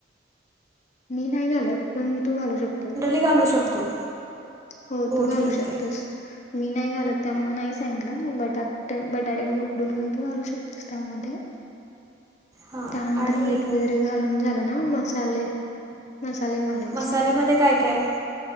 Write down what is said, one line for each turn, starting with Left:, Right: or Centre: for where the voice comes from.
Left: मी नाही घालत, पण तू घालू शकतोस.
Right: मी घालू शकतो
Left: हो तू
Right: ठीक
Left: घालू शकतेस.
Right: आहे
Left: मी नाही घालत, त्यामुळे नाही सांगितलं. बटाटे पण उकडून घेऊन तू घालू शकतेस त्यामध्ये.
Right: हां
Left: त्यानंतर
Right: आणि
Left: मीठ वगैरे घालून झालं ना, मसाले मसाले घालायचे
Right: मसाल्यामध्ये काय काय